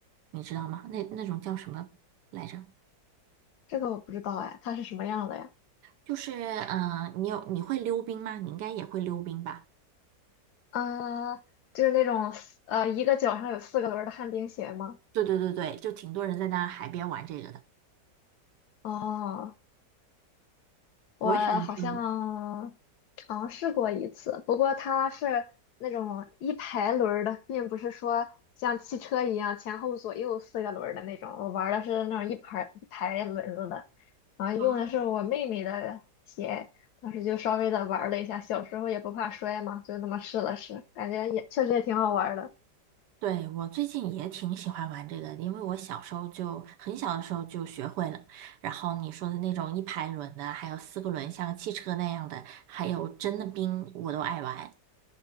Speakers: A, on the right; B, on the left.
A: 你知道吗？那那种叫什么来着？
B: 这个我不知道哎，它是什么样的呀？
A: 就是嗯、呃你有你会溜冰吗？你应该也会溜冰吧？
B: 啊，就是那种呃，一个脚上有四个轮儿的旱冰鞋吗？
A: 对对对对，就挺多人在那海边玩这个的。
B: 哦，我好像尝试过一次，
A: 我也想去玩
B: 不过它是那种一排轮儿的，并不是说像汽车一样前后左右四个轮儿的那种。我玩儿的是那种一排一排轮子的，然后用的是我妹妹的鞋，
A: 啊，
B: 当时就稍微的玩儿了一下，小时候也不怕摔嘛，就那么试了试，感觉也确实也挺好玩儿的。
A: 对，我最近也挺喜欢玩这个的因为我小时候就很小的时候就学会了。然后你说的那种一排轮的，还有四个轮像个汽车那样的，还有真的冰，我都爱玩。